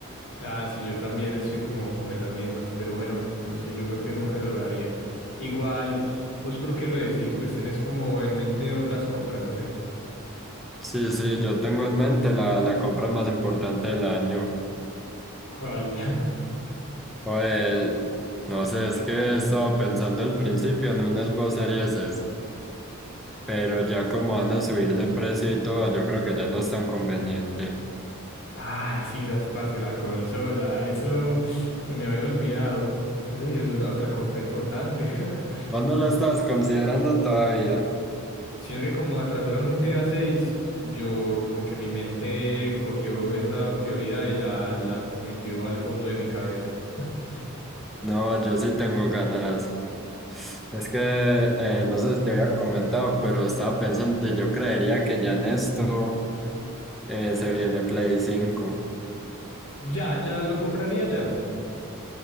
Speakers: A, on the left (about 65°); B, in the centre.
A: Ah, sí, yo también estoy como, como en las mismas, pero bueno, no sé, yo creo que nunca se lograría. Igual, ¿vos por qué lo decís? Pues tenés como en mente otras compras ¿o qué?
B: Sí, sí, yo tengo en mente la, la compra más importante del año.
A: ¿Cuál? <laughs>
B: Joder, no sé, es que estaba pensando al principio en unas vocerías, esas, pero ya como van a subir de precio y todo, yo creo que ya no es tan conveniente.
A: Ah, sí, esas, parce, la consola, eso se me había olvidado. Esa sí es una otra compra importante. <laughs>
B: ¿Vos no la estabas considerando todavía?
A: Sino que como atrasaron GTA 6, yo como que mi mente cogió esa prioridad y la, la metió al fondo de mi cabeza. <laughs>
B: No, yo sí tengo ganas. Es que eh, no sé si te había comentado, pero estaba pensando, yo creería que ya en esto eh, se viene Play cinco.
A: Ya, ya lo compraría ya.